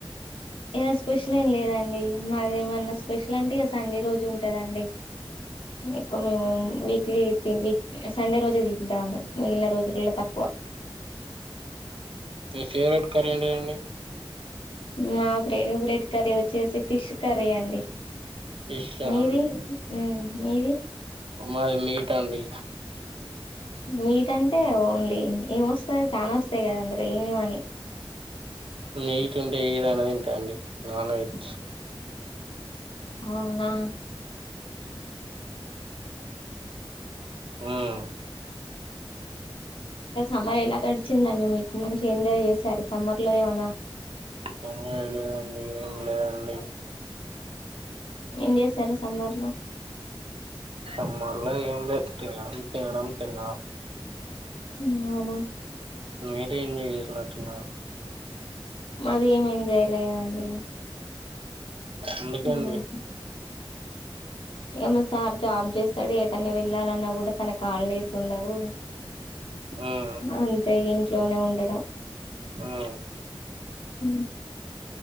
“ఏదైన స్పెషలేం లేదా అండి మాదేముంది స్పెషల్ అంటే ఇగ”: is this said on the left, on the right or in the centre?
Left